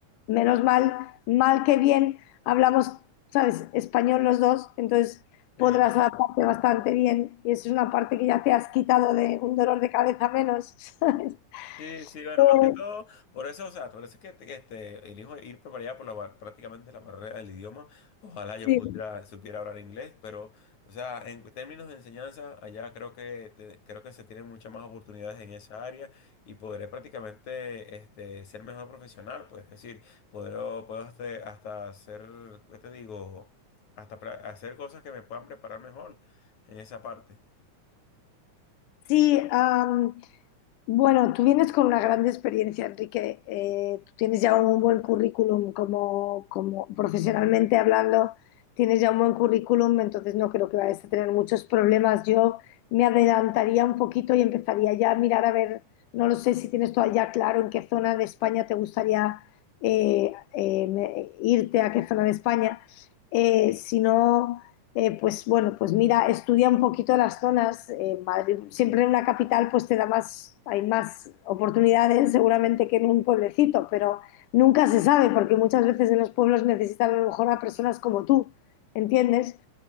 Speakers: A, on the left (about 85°); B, on the left (about 70°).
A: menos mal, mal que bien, hablamos, ¿sabes?, español los dos, entonces
B: Sí.
A: podrás adaptarte bastante bien y eso es una parte que ya te has quitado de un dolor de cabeza menos, <laughs> ¿sabes?
B: Sí, sí, bueno,
A: Eh,
B: más que todo, por eso, o sea, por eso es que te- este, elijo ir por allá por la, bar- prácticamente la barrera del idioma. Ojalá yo
A: Sí,
B: pudiera, supiera hablar inglés, pero, o sea, en términos de enseñanza, allá creo que, te- creo que se tienen muchas más oportunidades en esa área y podré prácticamente este, ser mejor profesional, pues, es decir, podré- puedo hasta, hasta hacer, ¿qué te digo? Hasta pra- hacer cosas que me puedan preparar mejor en esa parte.
A: sí, am, Bueno, tú vienes con una gran experiencia, Enrique. Eh, tú tienes ya un buen currículum como, como profesionalmente hablando, tienes ya un buen currículum, entonces no creo que vayas a tener muchos problemas. Yo me adelantaría un poquito y empezaría ya a mirar a ver, no lo sé si tienes todavía ya claro en qué zona de España te gustaría eh, eh, me- irte, a qué zona de España. Eh, si no eh, pues bueno, pues mira, estudia un poquito las zonas. eh, Madrid, siempre en una capital pues te da más, hay más oportunidades seguramente que en un pueblecito, pero nunca se sabe porque muchas veces en los pueblos necesitan a lo mejor a personas como tú, ¿entiendes?